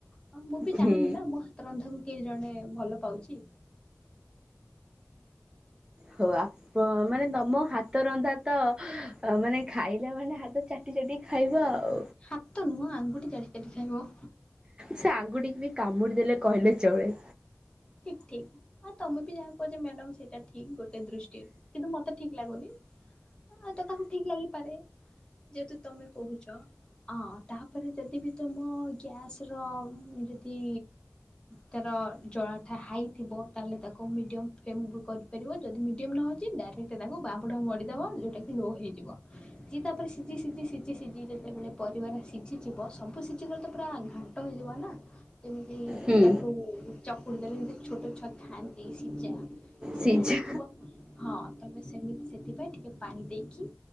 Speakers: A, on the left (about 15°); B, on the right (about 15°).
A: ହଁ ମୁଁ ବି
B: ହୁଁ
A: ଜାଣିବି ନା ମୋ ହାତ ରନ୍ଧାକୁ କେହି ଜଣେ ଭଲ ପାଉଚି।
B: ହୋଉ ଆପ୍ ମାନେ ତମ ହାତ ରନ୍ଧା ତ ଅ ମାନେ ଖାଇଲା ମାନେ ହାତ ଚାଟି ଚାଟିି ଖାଇବ ଆଉ।
A: ହାତ ତ ନୁହଁ ଆଙ୍ଗୁଠି ଚାଟି ଚାଟି ଖାଇବ।
B: ସେ ଆଙ୍ଗୁଟି କି ବି କାମୁଡି ଦେଲେ କହିଲେ ଚଳେ।
A: ଠିକ୍ ଠିକ୍। ଆଉ ତମେ ବି ଯାହା କହୁଛ ମ୍ୟାଡାମ୍ ସେଇଟା ଠିକ ଗୋଟେ ଦୃଷ୍ଟିରେ କିନ୍ତୁ ମତେ ଠିକ୍ ଲାଗୁନି। ଆଉ ତ କାହାକୁ ଠିକ୍ ଲାଗିପାରେ ଯେହେତୁ ତମେ କହୁଛ। ହଁ ତାପରେ ଯଦି ବି ତୁମ ଗ୍ୟାସ୍ ଯଦି ତର ହଁ ଜଳା ହାଇ ଥିବ ତାହାଲେ ତାକୁ ମିଡ଼ିଅମ୍ ଫେମ୍ ଵି କରିପାରିବ ଯଦି ମିଡ଼ିଅମ୍ ନହୋଉଛି ଡାଇରେକ୍ଟ ତାକୁ ବାଆଁ ମୋଡ଼ି ଦବ ଯୋଉଟା କି ଲୋ ହେଇଯିବ ସେ ତାପରେ ସିଛି ସିଛି ସିଛି ସିଛି ଯେତେବେଲେ ପରିବା ଟା ସିଛି ଯିବ ଥିବା ସବୁ ସିଝିଗଲେ ତ ପୁରା ଘାଣ୍ଟ ହେଇଯିବ ନା। ଯେମିତି
B: ହୁଁ
A: ତାକୁ ଚକୁଡି ଦେଲେ ଯେମିତି ଛୋଟ ଛୁଆ ଖଆନ୍ତି ସିଜା ସେଇୟା
B: ସିଝା।
A: ହେଇଛି ପ ହଁ ତମେ ସେମିତି ସେଥିପାଇଁ ଟିକେ ପାଣି ଦେଇକି